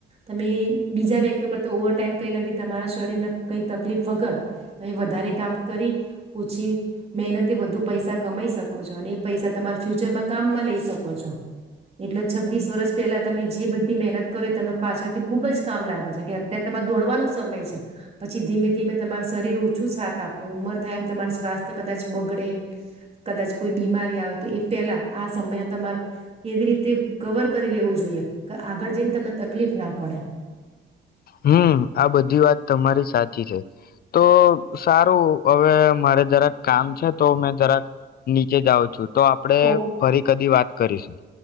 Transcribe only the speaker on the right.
તમે બીજા વ્યક્તિઓ કરતા ઓવર ટાઈમ કઈને બી તમારા શરીરને કઈ તકલીફ વગર તમે વધારે કામ કરી ઓછી મહેનતે વધુ પૈસા કમાઈ શકો છો અને એ પૈસા તમારા ફ્યુચરમાં કામમાં લઈ શકો છો એટલે છ્બીસ વર્ષ પેલા તમે જે બધી મહેનત કરો તમને પાછળથી ખુબ જ કામ લાગે છે કે અત્યારે તમારે દોડવાનો સમય છે પછી ધીમે ધીમે તમાર શરીર છું સાથ આપે ઉંમર થાય એમ તમાર સ્વાસ્થ કદાચ બગડે કદાચ કોઈ બીમારી આવે તો એ પહેલા આ સમયને તમારે એવી રીતે કવર કરી લેવો જોઈએ કે આગળ જઈને તમને તકલીફ ના પડે
ઓ